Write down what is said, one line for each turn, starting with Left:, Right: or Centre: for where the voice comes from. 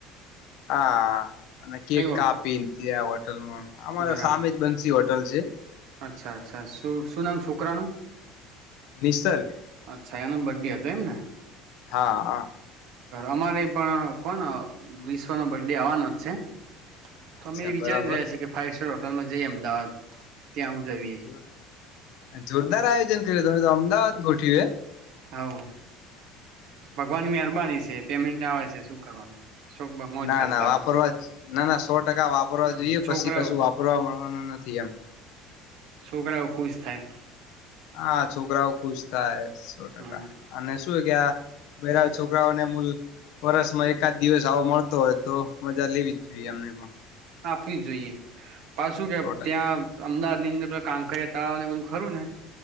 Left: હા અને કેક
Right: કઈ વા
Left: કાપી ત્યા હોટલમાં અમારે
Right: બરાબર
Left: સામે જ બનસી હોટલ ટલછે
Right: અચ્છા અચ્છા શું શું નામ છોકરાનું?
Left: નિસર્ગ
Right: અછાયાનો બડે હતો એમ ને.
Left: હા હા
Right: અમારે પણ કોન વિશ્વનો બડે આવવાનો જ છે. તો
Left: અચ્છા
Right: અમે એ વિચારી
Left: બરાબર
Right: રહ્યા છે કે ફાઈવ સ્ટાર હોટલમાં જઈએ અમદાવાદ. ત્યાં ઉજવીએ
Left: જો જોરદાર આયોજન કર્યું તમે તો અમદાવાદ ગોઠ્યું હે.
Right: હાવ. ભગવાનની મહેરબાની છે પેમેન્ટ આવે છે શું કરવાનું સોક મા મોજ
Left: ના
Right: કરતા
Left: ના વાપરવા
Right: છોકરા.
Left: જ ના ના સો ટકા વાપરવા
Right: હમ
Left: જોઈએ
Right: છોકરાઓ
Left: પછી કશું વાપરવા મળવાનું નથી એમ.
Right: છોકરાઓ ખુશ થાય.
Left: હા છોકરાઓ ખુશ થાય સો ટકા
Right: હમ
Left: અને શું ગયા બરા છોકરાઓને મૂલ વર્સમાં એકાદ દિવસ આવો મળતો હોય તો મજા લેવી જ જોઈએ અમને પણ.
Right: થી જોઈએ પાછું કે
Left: સો ટકા
Right: ત્યાં અમદાવાદ ની અંદર કાંકરિયા તળાવ ને બધું ખરું ને.